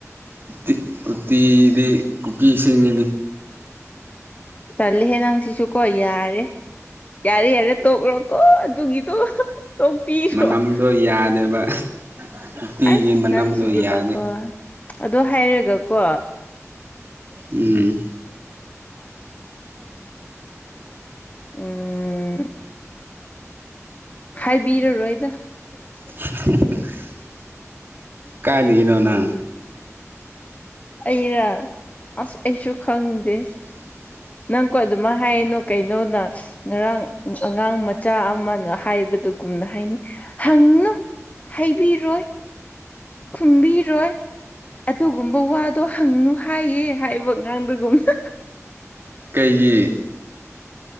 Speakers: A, on the right (about 45°); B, on the left (about 30°).
A: ꯎꯠꯇꯤ ꯎꯇꯤꯗꯤ ꯀꯨꯀꯤꯁꯤꯡꯅꯤ
B: ꯇꯜꯂꯍꯦ ꯅꯪ ꯁꯤꯁꯨ ꯀꯣ ꯌꯥꯔꯦ ꯌꯥꯔꯦ ꯌꯥꯔꯦ ꯇꯣꯛꯔꯣꯀꯣ ꯑꯗꯨꯒꯤꯗꯣ ꯇꯣꯄꯤꯔꫭ
A: ꯃꯅꯝꯗꯣ ꯌꯥꯗꯦꯕ ꯎꯇꯤꯒꯤ
B: ꯑꯁ
A: ꯃꯅꯝꯗꯣ
B: ꯅꯪꯁꯤꯗꯦꯕꯀꯣ
A: ꯌꯥꯗꯦ
B: ꯑꯗꯣ ꯍꯥꯏꯔꯒꯀꯣ
A: ꯎꯝ
B: ꯎꯝ ꯍꯥꯏꯕꯤꯔꯔꯣꯏꯗ
A: <unintelligible> ꯀꯥꯏꯩꯅꯗꯒꯤꯅꯣꯅ
B: ꯑꯩꯔ ꯑꯁ ꯑꯩꯁꯨ ꯈꯪꯗꯦ
A: ꯎ
B: ꯅꯪꯀꯣ ꯑꯗꯨꯃꯥꯏꯅ ꯍꯥꯏꯅꯨ ꯀꯩꯅꯣꯅ ꯉꯔꯥꯡ ꯑꯉꯥꯡ ꯃꯆꯥ ꯑꯃꯅ ꯍꯥꯏꯕꯗ ꯑꯗꯨꯒꯨꯝꯅ ꯍꯥꯏꯅꯤ ꯍꯪꯅꯨ ꯍꯥꯏꯕꯤꯔꯣꯏ ꯈꯨꯝꯕꯤꯔꯣꯏ ꯑꯗꯨꯒꯨꯝꯕ ꯋꯥꯗꯣ ꯍꯪꯅꯨ ꯍꯥꯏꯌꯦ ꯍꯥꯏꯕ ꯉꯥꯡꯕ <unintelligible>
A: ꯀꯩꯒꯤ